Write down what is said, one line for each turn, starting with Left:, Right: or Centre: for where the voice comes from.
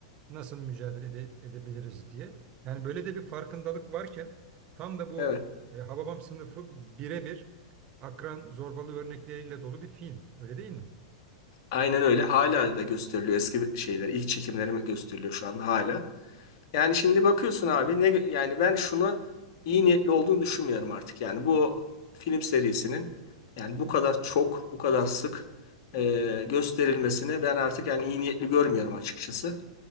Right: nasıl mücadele ede- edebiliriz diye. Yani böyle de bir farkındalık varken tam da bu
Left: Evet.
Right: e, Hababam sınıfı birebir akran zorbalığı örnekleriyle dolu bir film. Öyle değil mi?
Left: Aynen öyle. Hala da gösteriliyor eski şeyler. İlk çekimleri gösteriliyor şu anda hala. Yani şimdi bakıyorsun abi ne yani ben şunu iyi niyetli olduğunu düşünmüyorum artık. Yani bu film serisinin yani bu kadar çok, bu kadar sık e, gösterilmesini ben artık yani iyi niyetli görmüyorum açıkçası.